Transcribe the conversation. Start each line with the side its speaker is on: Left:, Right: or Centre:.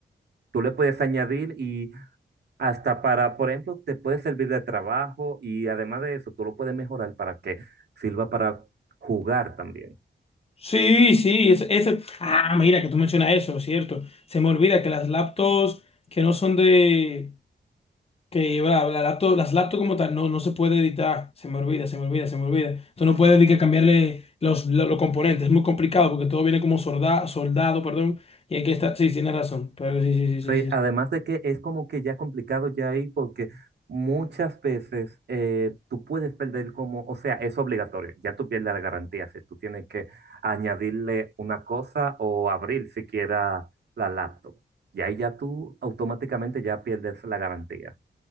Right: tú le puedes añadir y hasta para, por ejemplo, te puede servir de trabajo y además de eso, tú lo puedes mejorar para que sirva para jugar también.
Left: Sí, sí, ese, ese- Ah, mira, que tú mencionas eso, ¿cierto? Se me olvida que las laptops que no son de... Que bla, bla, laptop- las laptops como tal no, no se puede editar. Se me olvida, se me olvida, se me olvida. Tú no puedes ni que cambiarle los, lo- los componentes. Es muy complicado porque todo viene como solda- soldado, perdón. Y hay que estar... Sí, tienes razón. Pero sí, sí, sí,
Right: Sí,
Left: sí,
Right: además
Left: sí.
Right: de que es como que ya complicado ya ahí porque muchas veces eh, tú puedes perder como, o sea, es obligatorio, ya tú pierdes la garantía si tú tienes que añadirle una cosa o abrir siquiera la laptop. Y ahí ya tú automáticamente ya pierdes la garantía.